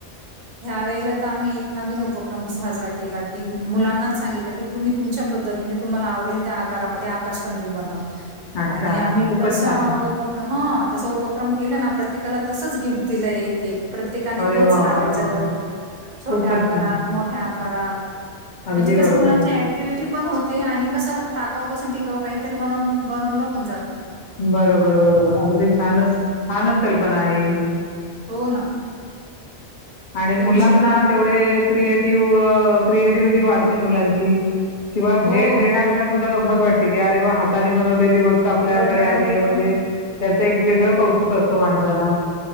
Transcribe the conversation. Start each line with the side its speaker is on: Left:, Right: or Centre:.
Right: ह्या वेळेला तर आम्ही एक नवीन उप साजरा केला की मुलांनाच सांगितलं की तुम्ही तुमच्या पद्धतीने तुम्हाला आवडेल त्या आकारामध्ये आश कंद बनवा
Left: अच्छा.
Right: आणि आम्ही
Left: खूपच
Right: त
Left: छान.
Right: उपक्रम ह तसा उपक्रम केला ना प्रत प्रत्येकाला तसच गिफ्ट दिलंय एक एक प्रत्येकाने
Left: अरे
Right: तोच
Left: वाह!
Right: लावायचा
Left: वाह! वाह!
Right: च्या घरी छोट्या
Left: खूपच
Right: आकारात
Left: छान.
Right: मोठ्या आकारात.
Left: अगदी
Right: म्हणजे कसं
Left: बरोबर.
Right: मुलांची ऍक्टिव्हटी पण होत. ते आणि कसं टाकावपासून टिकाव काहीतरी बनव बनवलं पण जातं.
Left: बरोबर बरोबर अगदी छानच! छानच कल्पना आहे हि.
Right: हो ना,
Left: आणि
Right: तुम्ही
Left: मुलांना
Right: सुद्धा
Left: तेवढे क्रिएटिव्ह क्रिएटिव्हटी वाढते, मुलांची. शिवाय
Right: हो,
Left: भेट देणाऱ्याला
Right: तो
Left: सुद्धा गंमत वाटते की अरे! वा हातांनी बनवलेली गोष्ट आपल्या
Right: बनवलेलं
Left: आली म्हणजे, त्याच एक वेगळं कौतुक असतं माणसाला